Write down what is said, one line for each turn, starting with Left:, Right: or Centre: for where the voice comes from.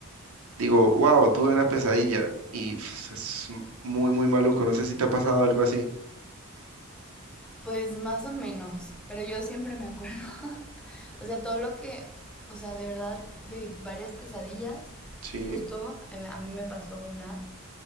Right: digo, wow, tuve una pesadilla y pues, es muy, muy maluco, no sé si te ha pasado algo así.
Centre: Pues más o menos, pero yo siempre me acuerdo. <laughs> o sea, todo lo que, o sea, de verdad, de varias pesadillas,
Right: Sí.
Centre: justo eh, a mí me pasó una